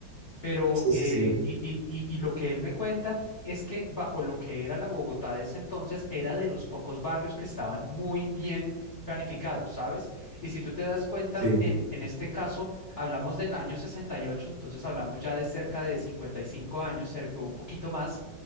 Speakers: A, on the left (about 60°); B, on the right (about 55°).
A: Pero,
B: Sí,
A: eh,
B: sí, sí,
A: y, y- y- y lo que él me cuenta es que bajo lo que era la Bogotá de ese entonces, era de los pocos barrios que estaban muy bien planificados, ¿sabes? Y si tú te das cuenta,
B: sí,
A: en, en este caso hablamos del año 68, entonces hablamos ya de cerca de 55 años, cerca, un poquito más,